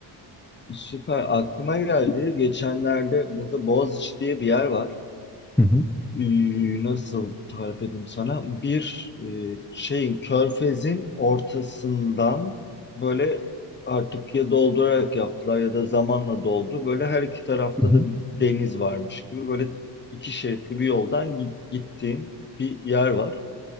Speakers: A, on the left; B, in the centre.
A: süper aklıma geldi. Geçenlerde burada Boğaziçi diye bir yer var.
B: Hı hı.
A: Ee, nasıl tarif edeyim sana? Bir e, şeyin körfezin ortasından böyle artık ya doldurarak yaptılar ya da zamanla doldu. Böyle her iki tarafta
B: Hı
A: da
B: hı.
A: deniz varmış gibi böyle iki şeritli bir yoldan git, gittiğin bir yer var.